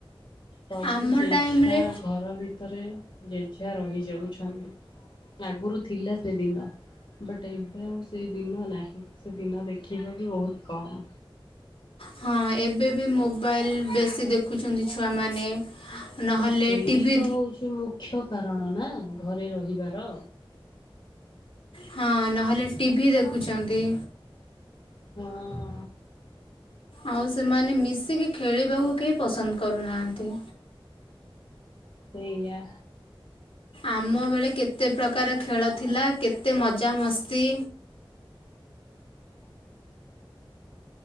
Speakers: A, on the left; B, on the left.
A: ସବୁ
B: ଆମ
A: ଯେଝା
B: ଟାଇମରେ
A: ଘର ଭି ତରେ ଯେଝା ରହିଯାଉଛନ୍ତି। ଲାଗୁରୁ ଥିଲା ସେ ଦିନ। ବଟ୍ ଏବେ ଆଉ ସେ ଦିନ ନାହିଁ। ସେ ଦିନ ଦେଖିବା ବି ବୋହୁତ କମ୍।
B: ହଁ ଏବେ ବି ମୋବାଇଲ ବେଶୀ ଦେଖୁଛନ୍ତି ଛୁଆମାନେ। ନହେଲେ
A: ତ ସେଇ
B: ଟିଭି
A: ତ ହଉଛି ମୁଖ୍ୟ କାରଣ ନା ଘରେ ରହିବାର।
B: ହଁ ନହେଲେ ଟିଭିି ଦେଖୁଛନ୍ତି।
A: ହଁ।
B: ଆଉ ସେମାନେ ମିଶିକି ଖେଳିବାକୁ କେଇ ପସନ୍ଦ କରୁନାହାନ୍ତି।
A: ସେଇଆ।
B: ଆମ ବେଳେ କେତେ ପ୍ରକାର ଖେଳ ଥିଲା। କେତେ ମଜାମସ୍ତି।